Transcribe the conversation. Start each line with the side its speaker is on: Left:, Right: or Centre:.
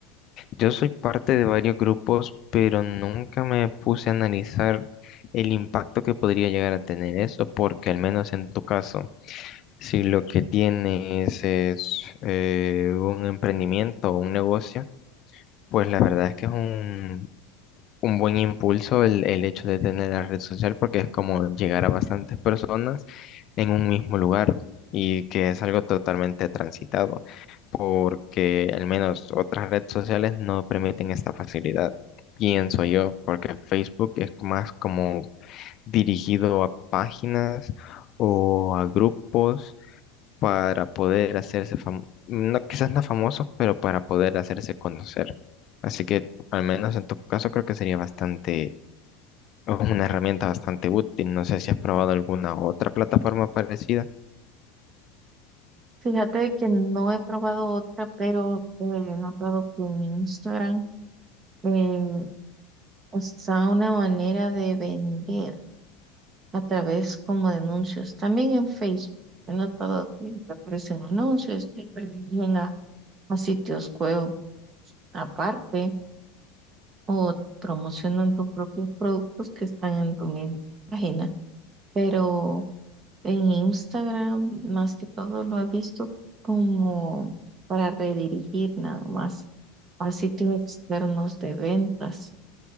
Left: Yo soy parte de varios grupos, pero nunca me puse a analizar el impacto que podría llegar a tener eso, porque al menos en tu caso, si lo que tienes es eh, un emprendimiento o un negocio, pues la verdad es que es un, un buen impulso el, el hecho de tener la red social, porque es como llegar a bastantes personas en un mismo lugar y que es algo totalmente transitado porque al menos otras redes sociales no permiten esta facilidad, pienso yo, porque Facebook es más como dirigido a páginas o a grupos para poder hacerse famosos, no, quizás no famosos, pero para poder hacerse conocer. Así que al menos en tu caso creo que sería bastante, una herramienta bastante útil. No sé si has probado alguna otra plataforma parecida.
Right: Fíjate que no he probado otra, pero eh, he notado que en Instagram eh, está una manera de vender a través como de anuncios. También en Facebook he notado que te aparecen anuncios, te llegan a, a sitios web aparte o promocionan tus propios productos que están en tu misma página. Pero En Instagram, más que todo, lo he visto como para redirigir nada más a sitios externos de ventas